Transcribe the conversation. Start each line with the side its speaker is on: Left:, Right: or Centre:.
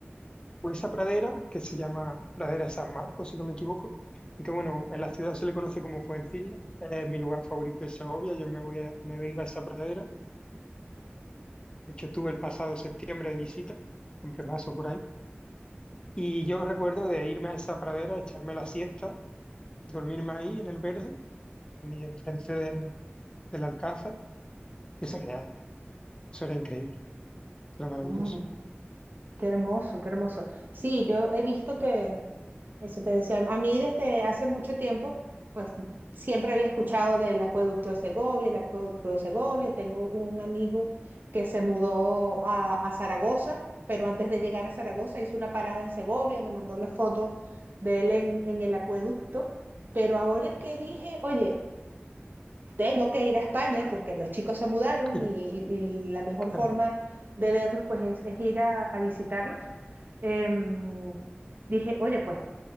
Left: o esa pradera que se llama Pradera de San Marcos, si no me equivoco. Y que bueno, en la ciudad se le conoce como Fuencilla. Es mi lugar favorito de Segovia. Yo me voy a, me iba a esa pradera. De hecho, estuve el pasado septiembre de visita, siempre paso por ahí. Y yo recuerdo de irme a esa pradera, echarme la siesta, dormirme ahí en el verde, mi- enfrente del, del alcázar. Y Eso era, eso era increíble, eso era maravilloso.
Right: no, Qué hermoso, qué hermoso. Sí, yo he visto que, eso te decía, a mí desde hace mucho tiempo, pues siempre había escuchado del acueducto de Segovia, el acueducto de Segovia. Tengo un amigo que se mudó a, a Zaragoza, pero antes de llegar a Zaragoza hizo una parada en Segovia, me mandó la foto de él en, en el acueducto. Pero ahora que dije, oye, tengo que ir a España porque los chicos se mudaron
Left: <laughs>
Right: y, y- y la mejor
Left: Claro,
Right: forma de verlos pues es, es ir a, a visitarlos. Em, dije, oye, pues